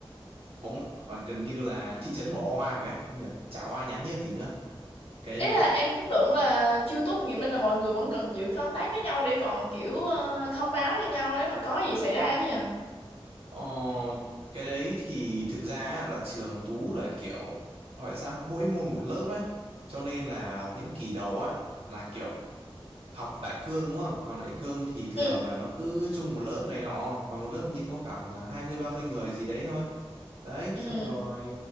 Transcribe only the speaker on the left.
ý là An cứ tưởng là chưa tốt nghiệp nên là mọi người vẫn cần giữ contact với nhau để còn kiểu ờ, thông báo cho nhau nếu mà có gì xảy ra chứ nhỉ
ừ
ừ